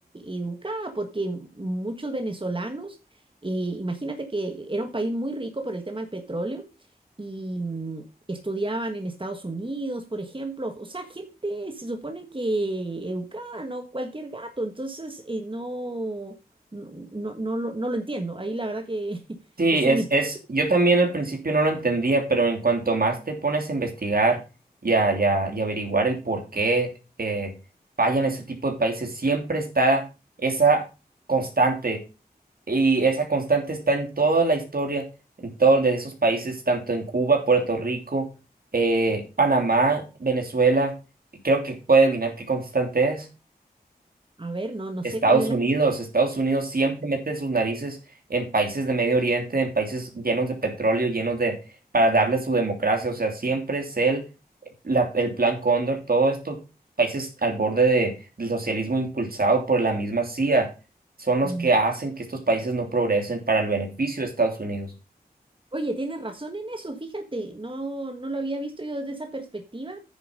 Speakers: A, on the right; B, on the right.
A: educada, porque muchos venezolanos eh, imagínate que era un país muy rico por el tema del petróleo y mm, estudiaban en Estados Unidos, por ejemplo. O sea, gente se supone que educada, no cualquier gato. Entonces, eh, no, no, no, no lo, no lo entiendo. Ahí la verdad que <laughs>
B: Sí,
A: es
B: es,
A: un misterio.
B: es, yo también al principio no lo entendía, pero en cuanto más te pones a investigar y a, y a- y averiguar el por qué eh, fallan ese tipo de países, siempre está esa constante, y esa constante está en toda la historia, en todos de esos países, tanto en Cuba, Puerto Rico, eh, Panamá, Venezuela, y creo que puede adivinar qué constante es.
A: A ver, no, no
B: Estados
A: sé cuál es la...
B: Unidos, Estados Unidos siempre mete sus narices en países de Medio Oriente, en países llenos de petróleo, llenos de, para darle su democracia, o sea, siempre es el, la- el plan Cóndor, todo esto, países al borde de, del socialismo impulsado por la misma CIA, son los
A: Ah,
B: que hacen que estos países no progresen para el beneficio de Estados Unidos.
A: Oye, tienes razón en eso, fíjate, no, no lo había visto yo desde esa perspectiva